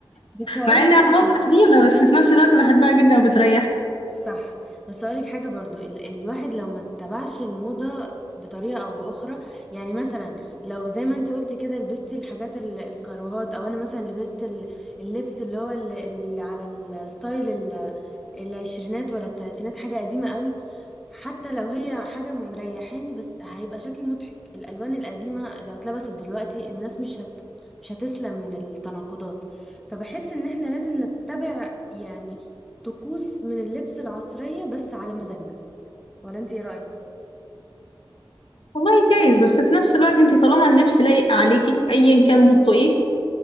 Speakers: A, in the centre; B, on the left.
A: بس هقول
B: مع
A: لك
B: انها
A: حاجه
B: عملت قديمة بس في نفس الوقت بحبها جدا وبتريحني
A: صح بس اقولك حاجه برضو ال الواحد لو ما اتبعش الموضه بطريقه او باخرى يعني مثلا لو زي ما انت قلتي كده لبستي الحاجات ال- الكاروهات او انا مثلا لبست ال- اللبس اللي هو اللي, اللي على الستايل ال- العشرينات ولا التلاتينات حاجه قديمه قوي حتى لو هي حاجه مريحاني بس هيبقى شكلي مضحك الالوان القديمه لو اتلبست دلوقتي الناس مش هت مش هتسلم من التناقضات فبحس ان احنا لازم نتبع يعني طقوس من اللبس العصرية بس على مزاجنا ولا انت ايه رأيك؟
B: والله جايز بس في نفس الوقت انتي طالما اللبس لايق عليكي ايا كان موضته ايه